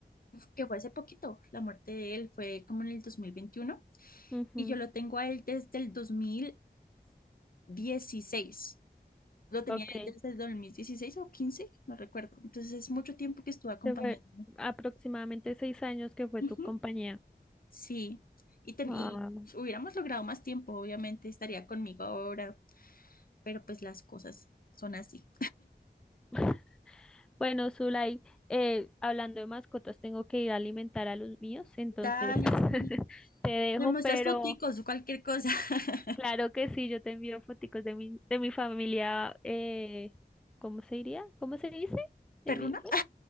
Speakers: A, on the left (about 55°); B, in the centre.
A: que fue hace poquito, la muerte de él fue como en el 2021
B: Ujú.
A: y yo lo tengo a él desde el dos mil dieciséis Lo tenía
B: Ok,
A: él desde el 2016 o 15 no recuerdo. Entonces es mucho tiempo que estuvo acompañándome.
B: se fue aproximadamente seis años que fue
A: Ujú.
B: tu compañía.
A: Sí, y, ten-
B: Ah.
A: y hubiéramos logrado más tiempo, obviamente estaría conmigo ahora, pero pues las cosas son así.
B: <laughs> Bueno, Zulay, eh, hablando de mascotas, tengo que ir a alimentar a los míos, entonces
A: Dale,
B: <laughs>
A: sí.
B: te dejo,
A: Me muestras
B: pero
A: foticos o cualquier cosa. <laughs>
B: claro que sí, yo te envío foticos de mi, de mi familia, eh, ¿cómo se diría? ¿Cómo se dice?
A: ¿Perruna?
B: De mi bueno,